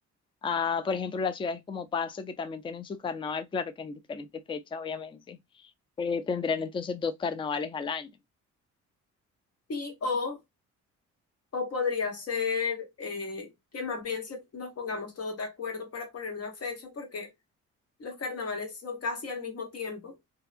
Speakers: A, on the left; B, on the left.
A: Ah, por ejemplo, las ciudades como Paso, que también tienen su carnaval, claro que en diferentes fechas, obviamente, eh, tendrán entonces dos carnavales al año.
B: Sí, o O podría ser eh, que más bien se- nos pongamos todos de acuerdo para poner una fecha, porque los carnavales son casi al mismo tiempo,